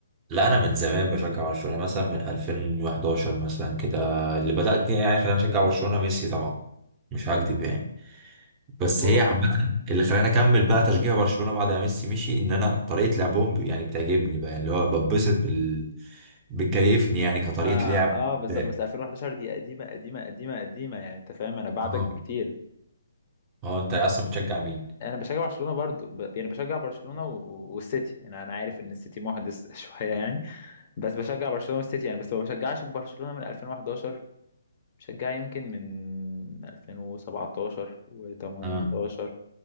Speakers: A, on the right (about 20°); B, on the left (about 35°).
A: لا انا من زمان بشجع برشلونة مثلا من 2011 مثلا كده اللي بدأت يعني خلاني اشجع برشلونة ميسي طبعا مش هكدب يعني بس
B: اوه
A: هي عامة اللي خلاني اكمل بقى
B: م-
A: تشجيع برشلونة
B: م.
A: بعد ما ميسي مشي ان انا طريقة لعبهم ب- يعني بتعجبني بقى اللي هو ببسط بال بتكيفني يعني كطريقة
B: ما
A: لعب
B: اه بالظبط
A: <laughs>
B: بس 2011 دي قديمه قديمه قديمه قديمه يعني انت فاهم انا بعدك
A: اه
B: بكتير
A: اه انت اصلا بتشجع مين؟
B: انا بشجع برشلونه برضو ب... يعني بشجع برشلونه و... و- والسيتي يعني انا عارف ان السيتي محدث <laughs> شويه يعني بس بشجع برشلونه والسيتي يعني بس ما بشجعش برشلونه من 2011 بشجعها يمكن من 2017 و18
A: اه